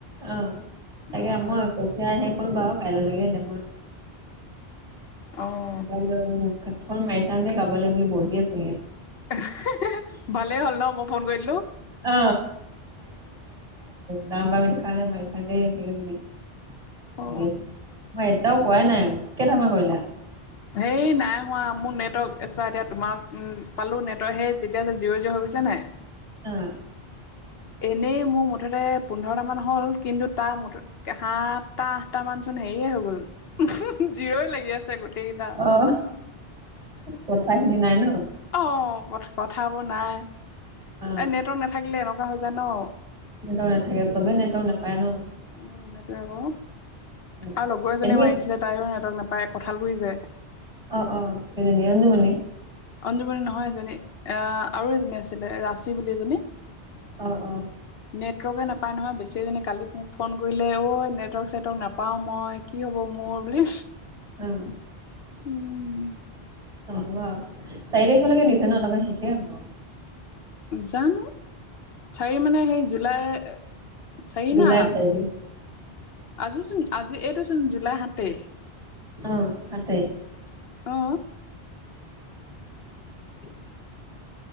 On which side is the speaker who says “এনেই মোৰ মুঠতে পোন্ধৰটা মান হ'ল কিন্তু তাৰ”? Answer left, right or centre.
Left